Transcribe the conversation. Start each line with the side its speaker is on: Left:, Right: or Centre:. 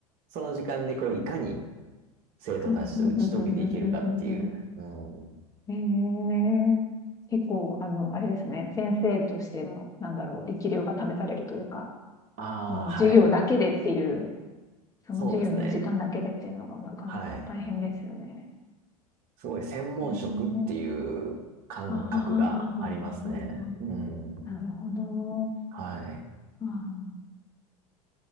Right: その時間でこういかに生徒たちと打ち解けていけるかっていう。
Left: うんうんうんうんうんうん
Right: うん。
Left: ええ結構、あの、あれですね、先生としての、なんだろう、力量が試されるというか、
Right: ああ、
Left: その授業だけでっていう、
Right: はい。
Left: その授業の時間だけでっていうのがなかなか大変ですよね。
Right: そうですね。はい。すごい専門職っていう感覚がありますね。
Left: ええはははははははは。
Right: うん。
Left: なるほど。
Right: はい。
Left: あー